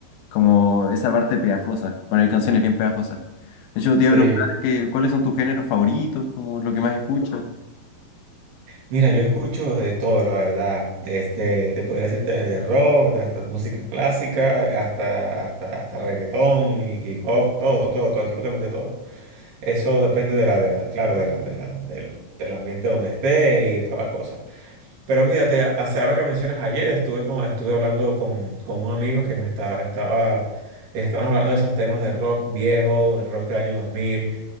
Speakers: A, on the left; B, on the right.
A: como esa parte pegajosa, bueno, hay canciones bien pegajosas. De hecho, te
B: sí.
A: iba a preguntar que, cuáles son tus géneros favoritos, como lo que más escuchas.
B: Mira, yo escucho de todo, la verdad. Desde, te podría decirte desde rock, hasta música clásica, hasta, hasta, hasta reggaetón y hip hop, todo, todo, todo, absolutamente todo. Eso depende de la, de la, claro, de la, de la, del, del ambiente donde esté y de toda la cosa. Pero fíjate, hace- ahora que mencionas ayer, estuve, con, estuve hablando con, con un amigo que me está estaba, estábamos hablando de esos temas de rock viejo, rock del año dos mil